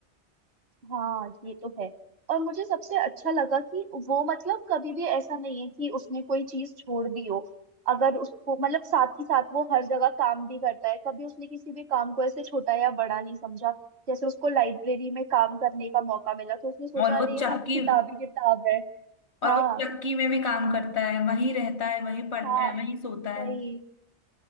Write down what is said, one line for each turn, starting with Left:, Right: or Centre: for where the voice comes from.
Right: हाँ ये तो है और मुझे सबसे अच्छा लगा कि वो मतलब कभी भी ऐसा नहीं है कि उसने कोई चीज छोड़ दी हो अगर उसको मतलब साथ ही साथ वो हर जगह काम भी करता है कभी उसने किसी भी काम को ऐसे छोटा या बड़ा नहीं समझा जैसे उसको लाइब्रेरी में काम करने का मौका मिला तो उसने सोचा
Left: और
Right: अरे
Left: वो चक्की
Right: यहाँ किताबी किताब है
Left: और
Right: हाँ
Left: वो चक्की में भी काम करता है वहीं रहता है वहीं पढ़ता
Right: हाँ
Left: है वहीं सोता है
Right: वही